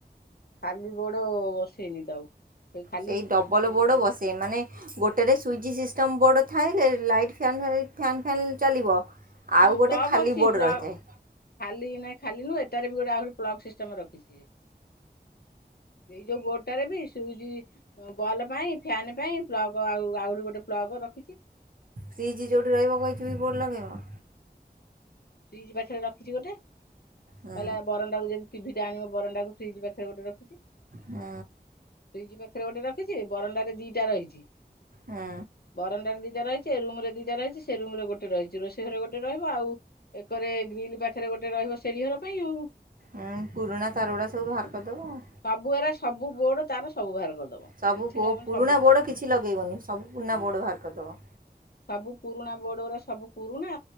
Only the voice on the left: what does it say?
ଖାଲି ବୋଡ ବସେଇନି ତ ଆଉ। ସେ ଖାଲି
ଉଁ
ହୁଁ
ପ୍ଲକ୍
ଅଛି
ପ୍ଲକ୍?
ଖାଲି ନାଇଁ ଖାଲି ନୁ ଏଟାରେ ବି ଗୋଟେ ଆହୁରି ପ୍ଲକ୍ ସିଷ୍ଟମ୍ ରଖିଚି। ଏ ଯୋଉ ମୋଟ ହେଟାରେ ବି ସୁଇଜ୍ ବଲ୍ ପାଇଁ ଫ୍ୟାନ୍ ପାଇଁ ପ୍ଲଗ୍ ଆଉ ଆହୁରି ଗୋଟେ ପ୍ଲଗ ରଖିଚି
ଫ୍ରୀଜ଼ ପାଖରେ ରଖିଚି ଗୋଟେ।
କହିଲା ବରଣ୍ଡାକୁ ଯଦି ଟିଭି ଟା ଆଣିବ ବରଣ୍ଡାକୁ ଫ୍ରିଜ ପାଖରେ ଗୋଟେ ରଖିଚି। ଫ୍ରିଜ
ପାଖରେ ଗୋଟେ ରଖିଚି ବରଣ୍ଡାରେ ଦିଟା ରହିଚି
ବରଣ୍ଡାରେ ଦିଟା ରହିଚି ଏ ରୁମ୍ ରେ ଦିଟା ରହିଚି ସେ ରୁମ୍ ରେ ଗୋଟେ ରହିଚି ରୋଷେଇ ଘରେ ଗୋଟେ ରହିବ ଆଉ ଏକରେ ଗ୍ରିଲ ପାଖରେ ଗୋଟେ ରହିବ ସେଡି ଘର ପାଇଁ ଆଉ।
ସବୁ ଏରା ସବୁ ବୋର୍ଡ ତାର ସବୁ ବାହାର କରିଦବ।
କିଛି
ରହିବନି
ସବୁ
ନା
ସବୁ ପୁରୁଣା ବୋର୍ଡ ଉରା ସବୁ ପୁରୁଣା